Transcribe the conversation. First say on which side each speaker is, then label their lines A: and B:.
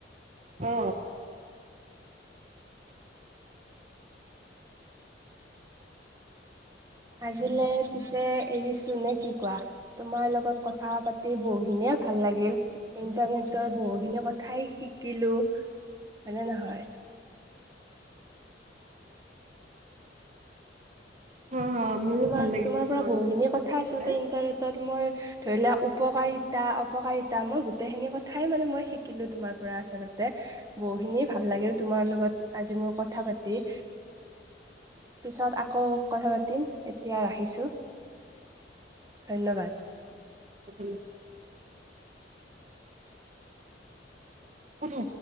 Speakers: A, on the right; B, on the right.
A: অ <inaudible>
B: আজিলে পিছে এৰিছো নে কি কোৱা তোমাৰ লগত কথা পাতি বহুখিনিয়ে ভাল লাগিল ইন্টাৰনেটৰ বহুখিনি কথাই শিকিলো হয়নে নহয়
A: হা হা মোৰো
B: তোমাৰ
A: ভাল লাগিছে
B: তোমাৰ পৰা বহুতখিনি
A: লগত
B: কথা
A: পাতি
B: আচলতে ইন্টাৰনেটত মই ধৰি লোৱা উপকাৰিতা অপকাৰিতা মই গোটেইখিনি কথাই মানে মই শিকিলো তোমাৰ পৰা আচলতে বহুখিনি ভাল লাগিল তোমাৰ লগত আজি মোৰ কথা পাতি পিছত আকৌ কথা পাতিম এতিয়া ৰাখিছো ধন্যবাদ
A: উম উম